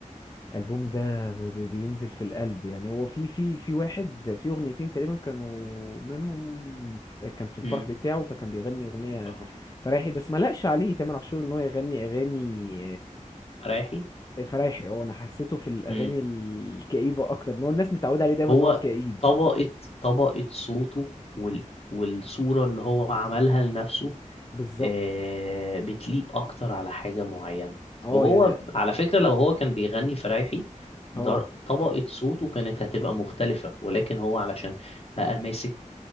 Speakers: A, on the left; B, on the left.
A: الالبوم ده بي- بينزل في القلب يعني هو في في في واحد في اغنيتين تقريبا كانوا منهم ف- كان في الفرح
B: امم
A: بتاعه فكان بيغني اغنيه
B: اه انهو
A: فرايحي بس ما لقش عليه تامر عاشور ان هو يغني اغاني
B: رايحي
A: آه، فرايحي اه انا حسيته في الاغاني
B: امم
A: الكئيبه اكتر ان هو الناس متعوده عليه دايما
B: هو
A: ان هو كئيب
B: طبقة طبقة صوته وال... والصورة اللي هو عملها لنفسه
A: بالظبط
B: آه، بتليق اكتر على حاجة معينة
A: اه
B: وهو
A: يعني
B: على فكرة لو هو كان بيغني فرايحي در-
A: اه
B: طبقة صوته كانت هتبقى مختلفة ولكن هو علشان بقى ماسك